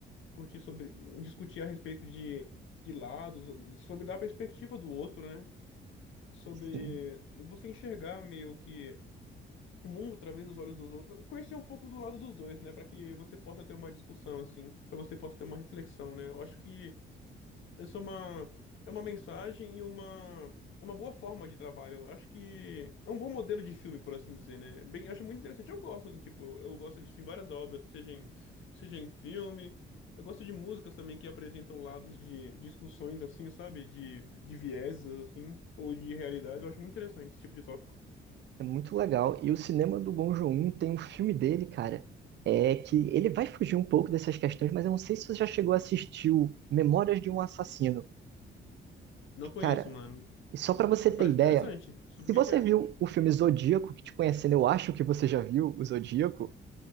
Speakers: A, on the left; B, on the right.
A: curtir sobre, discutir a respeito de, de lados, sobre dar a perspectiva do outro, né? Sobre
B: Sim,
A: você enxergar meio que o mundo através dos olhos dos outros, conhecer um pouco do lado dos dois, né? Para que você possa ter uma discussão, assim, para você possa ter uma reflexão, né? Eu acho que essa é uma, é uma mensagem e uma, uma boa forma de trabalho. Eu Acho que é um bom modelo de filme, por assim dizer, né? Bem, eu acho muito interessante. Eu gosto, né? Tipo, eu gosto disso em várias obras, seja em, seja em filme. Eu gosto de músicas também que apresentam lados de discussões, assim, sabe? De, de vieses, assim, ou de realidades. Eu acho muito interessante esse tipo de tópico.
B: é muito legal. E o cinema do Bong Joon-ho tem um filme dele, cara, é que ele vai fugir um pouco dessas questões, mas eu não sei se você já chegou a assistir o Memórias de um Assassino.
A: Não conheço,
B: Cara,
A: mano,
B: e só pra você
A: mas
B: ter
A: parece
B: ideia,
A: interessante. Sobre
B: se
A: o
B: você
A: que que é?
B: viu o filme Zodíaco, que te conhecendo, eu acho que você já viu o Zodíaco,